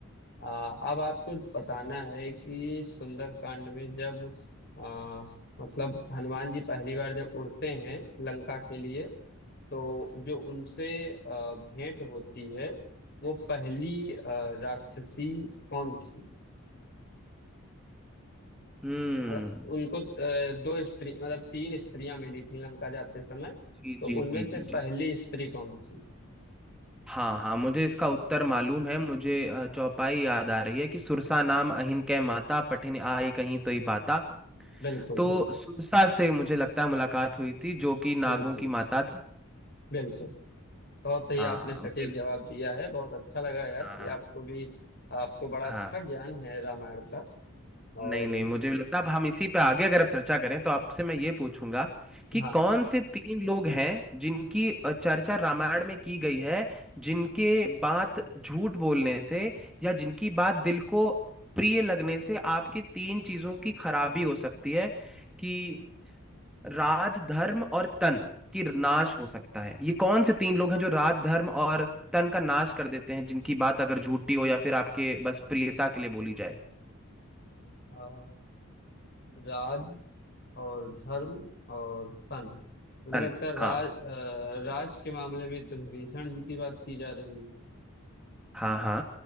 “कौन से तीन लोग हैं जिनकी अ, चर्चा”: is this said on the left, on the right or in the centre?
Centre